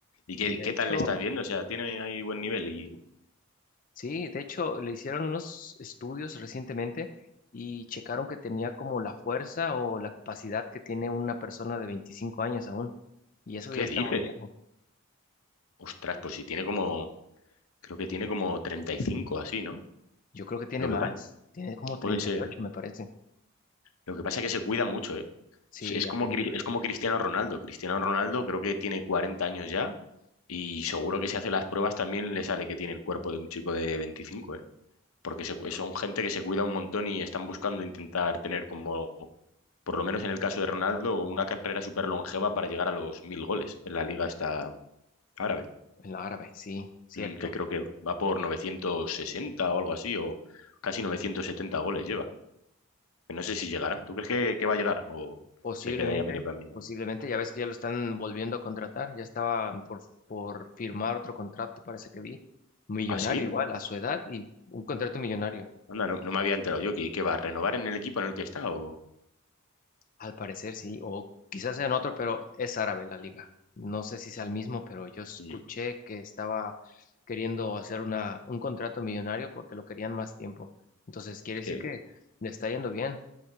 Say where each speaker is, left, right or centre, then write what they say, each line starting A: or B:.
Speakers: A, on the left; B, on the left.
A: ¿Y qué,
B: De
A: qué
B: hecho,
A: tal le estás viendo? O sea, tiene ahí buen nivel. ¿Y
B: sí, de hecho le hicieron unos estudios recientemente y checaron que tenía como la fuerza o la capacidad que tiene una persona de 25 años aún. Y eso
A: qué
B: ya está
A: dices?
B: muy viejo.
A: Ostras, pues si tiene como, creo que tiene como 35 así, ¿no?
B: Yo creo que tiene
A: Lo
B: más.
A: que pasa,
B: Tiene como treinta
A: puede ser,
B: y ocho
A: ¿eh?
B: me parece.
A: Lo que pasa es que se cuida mucho, ¿eh?
B: Sí,
A: Es es como,
B: hace mucho
A: Cri-
B: ejercicio.
A: es como Cristiano Ronaldo. Cristiano Ronaldo creo que tiene 40 años ya y seguro que si hace las pruebas también le sale que tiene el cuerpo de un chico de 25, ¿eh? porque se- son gente que se cuida un montón y están buscando intentar tener como, por lo menos en el caso de Ronaldo, una carrera súper longeva para llegar a los mil goles en la liga esta árabe,
B: El árabe, sí, cierto.
A: mm, que creo que va por 960 o algo así, o casi 970 goles lleva. Que no sé si llegará. ¿Tú crees que, que va a llegar o
B: Posiblemente,
A: se queda ya medio camino?
B: posiblemente, ya ves que ya lo están volviendo a contratar. Ya estaba por, por firmar otro contrato, parece que vi. Millonario
A: ¿Ah, sí?
B: igual, a su edad y un contrato millonario.
A: Anda, no, no me había enterado yo. ¿Que, que va a renovar en el equipo en el que está? O...
B: Al parecer sí, o quizás en otro, pero es árabe la liga. No sé si sea el mismo, pero yo escuché
A: Mm,
B: que estaba queriendo hacer una, un contrato millonario porque lo querían más tiempo. Entonces, quiere
A: Es
B: decir
A: que
B: que le está yendo bien.